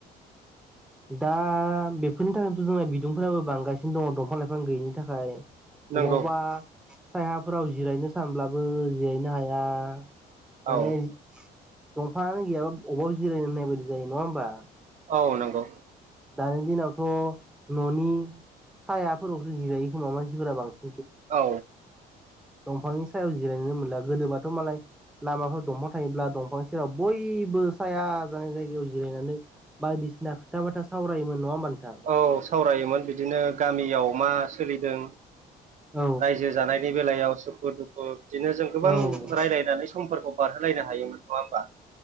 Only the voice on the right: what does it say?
नंगौ
औ
औ नंगौ
औ
औ सावरायोमोन बिदिनो गामियाव मा सोलिदों
रायजो जानायनि बेलायाव सुखु दुखु बिदिनो जों गोबां
रायज्लायनानै समफोरखौ बारहोलायनो हायोमोन नङा होमबा